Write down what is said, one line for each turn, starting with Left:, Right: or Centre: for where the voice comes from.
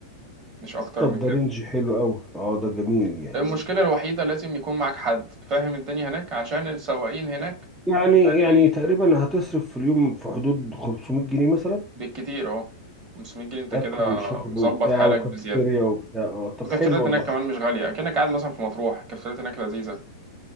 Right: مش اكتر
Centre: طب
Right: من
Centre: ده
Right: كده
Centre: رينج حلو أوي اه ده جميل يعني
Right: المشكله الوحيده لازم يكون معاك حد فاهم الدنيا هناك عشان السواقين هناك
Centre: يعني
Right: يعني
Centre: يعني تقريبا هتصرف في اليوم في حدود 500 جنيه مثلا
Right: بالكتير اهو 500 جنيه انت
Centre: اكل
Right: كده
Centre: وشرب
Right: مظبط
Centre: وبتاع
Right: حالك
Centre: وكافيتيريا
Right: بزياده
Centre: وبتاع اه طب
Right: والكافتريات
Centre: حلو والله
Right: هناك كمان مش غاليه اكنك قاعد مثلا في مطروح الكافتريات هناك لذيذه